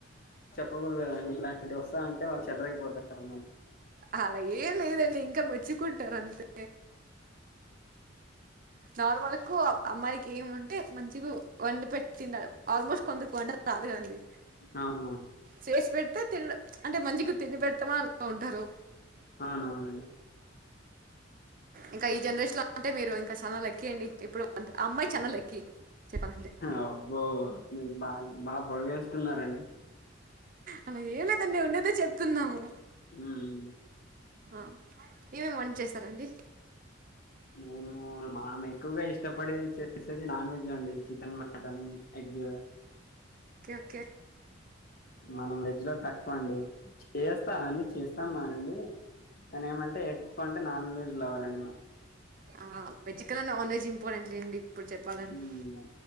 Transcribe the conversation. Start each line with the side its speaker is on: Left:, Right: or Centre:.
Left: తప్పూదుదండి ఇలాంటి వస్తా అంటే వాళ్ళు చేల్లరేగిపోతారు
Right: అలా ఏం లేదండి ఇంకా మెచ్చికుంటారు అంతే నార్మల్కు అమ్మాయికి ఏమి ఉంటే మంచిగా వంట పెట్ తంటడు ఆల్మోస్ట్ కొందరు వంట రాదు కదండి
Left: అవునవును
Right: చేసి పెడితే తినడం అంటే మంచిగా తిని పెడతామా బావుంటారు
Left: అవునువునండి
Right: ఇంకా ఈ జనరేషన్ లో అంటే మీరు ఇంకా చెన్న లక్కీ అండి ఇప్పుడు అమ్మాయి చెన్న లక్కీ చెప్పాలంటె
Left: అబ్బో మీరు బాగా బాగా పొడిగేస్తున్నారండి
Right: అలా ఏ లేదు అండి ఉండేదే చెప్తున్నాము
Left: హ్మ్
Right: ఆ ఏమేమి వం చేస్తారండి
Left: మేము మాము ఎక్కువగా ఇష్టపడే చేసేది నాన్ వెజ్ అండి చికెన్ మటన్ ఎగ్
Right: ఒకే ఒకే
Left: మనం వెజ్ లో తక్కువ అండి చేస్తా అన్ని చేస్తాను మానండి తని ఏమంటే ఎక్కువ అంటే నాన్ వెజ్ లవర్ అయినా
Right: ఆ వెజ్ కన్నా నాన్ వెజ్ ఇంపార్టెంట్ లేండి ఇప్పుడు చెప్పాలంటే
Left: మ్మ్